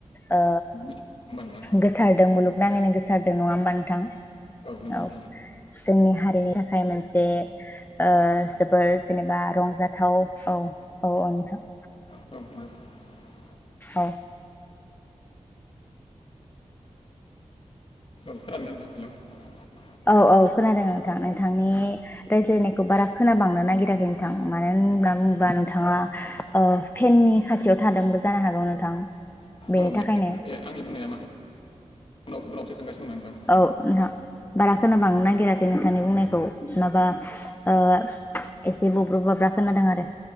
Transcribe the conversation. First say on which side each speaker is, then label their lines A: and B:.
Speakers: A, on the left; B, on the left.
A: ओ
B: मिथिगौ होमबा नोंथां
A: गोसारदों मुलुग नाङैनो गोसारदों नङा होमबा नोंथां
B: नंगौ
A: औ
B: नोंथां
A: जोंनि हारिनि थाखाय मोनसे जे ओ जोबोर जेनेबा रंजाथाव औ औ नोंथां।
B: अ।
A: औ।
B: औ खोनादोंना नोंथां हेल'
A: औ औ खोनादों नोंथां नोंथांनि रायज्लायनायखौ बारा खोनाबांनो नागिराखै नोंथां मानो। होनना बुङोबा नोंथाङा फेननि खाथियाव थादोंबो जानो हागौ नोंथां बेनि
B: औ माने
A: थाखायनो
B: आंनि बुंनाया मा उनावसो थांगासिनो दं नोंथां
A: औ नोंथां बारा खोनाबांनो नागिराखै नोंथांनि बुंनायखौ माबा
B: औ
A: ओ एसे बब्रुब बाब्रा खोनादों आरो।